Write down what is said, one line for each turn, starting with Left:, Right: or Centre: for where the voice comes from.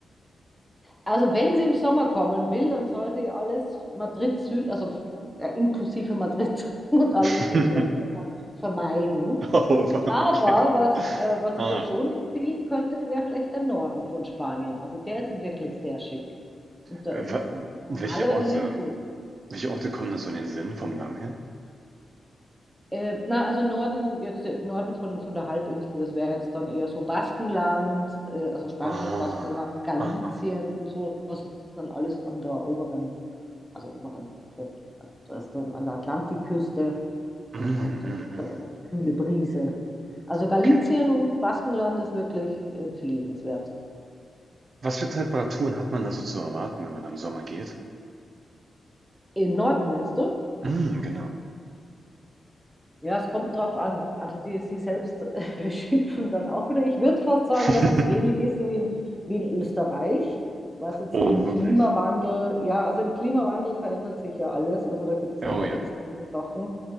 Centre: Also wenn sie im Sommer kommen will, dann soll sie alles Madrid Süd, also ja, inklusive Madrid <laughs> und alles
Right: <laughs>
Centre: südwärts davon vermeiden.
Right: Oh,
Centre: Aber
Right: okay.
Centre: was, äh, was
Right: Ah,
Centre: ich ihr schon empfehlen könnte, wäre vielleicht der Norden von Spanien. Also der ist wirklich sehr schick. Und da
Right: äh,
Centre: ist
Right: wa-
Centre: es normalerweise
Right: welche Orte,
Centre: nicht so heiß.
Right: welche Orte kommen da so in den Sinn vom Namen her?
Centre: Äh, na, also Norden, jetzt äh, Norden von, von der Halbinsel, das wäre jetzt dann eher so Baskenland, äh, also spanisches
Right: Ah,
Centre: Baskenland, Galicien
Right: ah, ah.
Centre: und so, das ist dann alles an der oberen, also oberen, äh, also das ist dann an der Atlantikküste
Right: Mm,
Centre: und da
Right: mm,
Centre: geht
Right: mm.
Centre: dann immer die kühle Brise. Also Galicien
Right: Okay.
Centre: und Baskenland ist wirklich empfehlenswert.
Right: Was für Temperaturen hat man da so zu erwarten, wenn man da im Sommer geht?
Centre: Im Norden, meinst du?
Right: Mhm, genau.
Centre: Ja, es kommt drauf an. Also die, sie selbst <laughs> schimpfen dann auch wieder. Ich würde fast sagen,
Right: <laughs>
Centre: dass das ähnlich ist wie in, wie in Österreich, was jetzt
Right: Oh,
Centre: im
Right: wirklich.
Centre: Klimawandel, ja, also im Klimawandel verändert sich ja alles. Also da gibt es
Right: Ja,
Centre: dann
Right: Oh
Centre: auch
Right: ja.
Centre: extreme Sachen.